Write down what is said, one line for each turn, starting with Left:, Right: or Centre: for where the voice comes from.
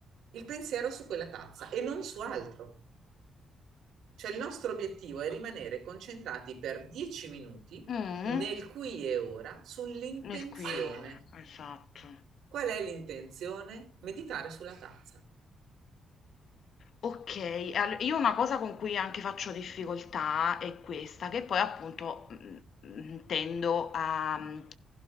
Right: il pensiero su quella tazza e non su altro. Cioè il nostro obiettivo è rimanere concentrati per 10 minuti
Left: Mh-mh,
Right: nel qui e ora sull'intenzione.
Left: nel qui e ora, esatto.
Right: Qual è l'intenzione? Meditare sulla tazza.
Left: Okay, al io una cosa con cui anche faccio difficoltà è questa, che poi appunto, mhmm, mhmm, tendo a mhmm,